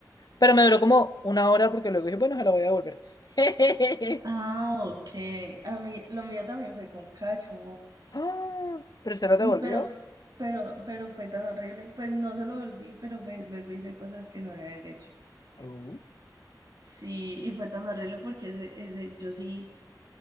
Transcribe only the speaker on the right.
Ah, ok. A mí, lo mío también fue con Cacho,
Mm,
Pero, f- pero, pero fue tan horrible. Pues no se lo volví, pero pues luego hice cosas que no debía haber hecho.
Sí, y fue tan horrible porque ese, ese, yo sí,